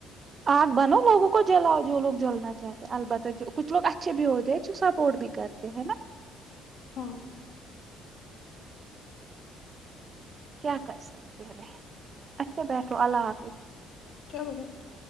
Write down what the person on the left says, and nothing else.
ہاں
چلو بیٹھو